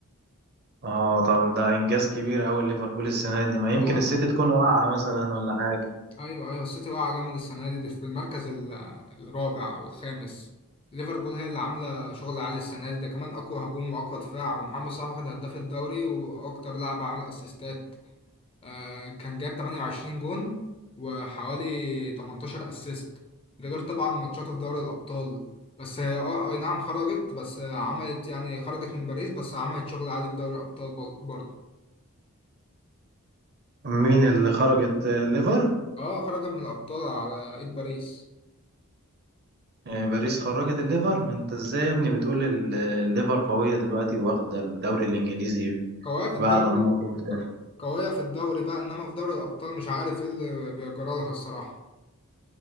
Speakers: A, on the right (about 45°); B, on the left (about 25°).
A: اه طب ده إنجاز كبير أوي ليفربول السنة دي ما يمكن
B: اه
A: السيتي تكون واقعة مثلا ولا حاجة
B: ايوه ايوه السيتي واقعه جامد السنه دي, دي في المركز ال- الرابع او الخامس ليفربول هي اللي عامله شغل عالي السنه دي ده كمان اقوى هجوم واقوى دفاع ومحمد صلاح واخد هداف الدوري واكتر لاعب عمل اسيستات آه كان جاب 28 جون وحوالي 18 اسيست ده غير طبعا ماتشاته في دوري الابطال بس هي اه آه، اي نعم خرجت بس عملت يعني خرجت من باريس بس عملت شغل عالي في دوري الابطال بر- برضه
A: مين اللي خرجت آه، ليفر
B: اه خرجت من الابطال على ايد باريس
A: آه، باريس خرجت الليفر ما انت ازاي يا ابني بتقول ال- الليفر قوية دلوقتي واخدة الدوري الانجليزي
B: قوية في الدوري
A: بقى على نقط وبتاع
B: قوية في الدوري بقى انما في دوري الابطال مش عارف ايه اللي بيجرى لها الصراحة